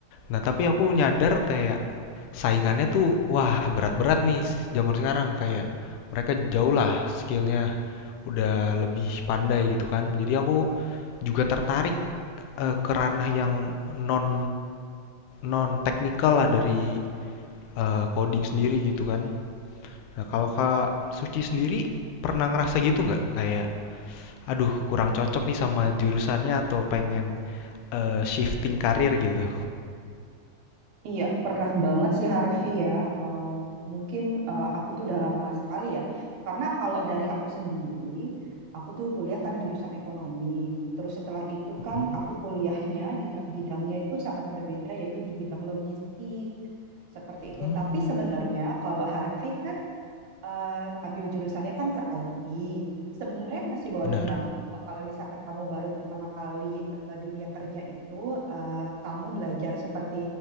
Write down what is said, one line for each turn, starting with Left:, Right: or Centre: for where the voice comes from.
Left: Nah, tapi aku nyadar kayak saingannya tuh wah berat-berat nih zaman sekarang kayak mereka jauh lah skillnya udah lebih pandai gitu kan. Jadi aku juga tertarik eh, ke ranah yang non non teknikal lah dari eh, coding sendiri gitu kan. Nah, kalau Kak Suci sendiri pernah ngerasa gitu nggak kayak aduh kurang cocok nih sama jurusannya atau pengen eh, shifting karir gitu.
Right: Iya, pernah banget sih Harvey ya. Eh, mungkin eh, aku tuh udah lama sekali ya. Karena kalau dari aku sendiri, aku tuh kuliah kan jurusan ekonomi. Terus setelah itu kan
Left: Mm.
Right: aku kuliahnya juga bidangnya itu sangat berbeda yaitu di bidang logistik. Seperti itu.
Left: Hmm,
Right: Tapi sebenarnya kalau Harvey kan eh, ambil jurusannya kan ke IT. Sebenarnya masih boleh
Left: benar.
Right: banget kok kalau misalkan kamu baru pertama kali ke dunia kerja itu, eh, kamu belajar seperti